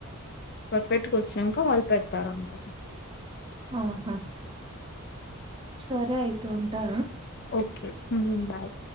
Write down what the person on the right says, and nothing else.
ఆహా సరే అయితు ఉంటా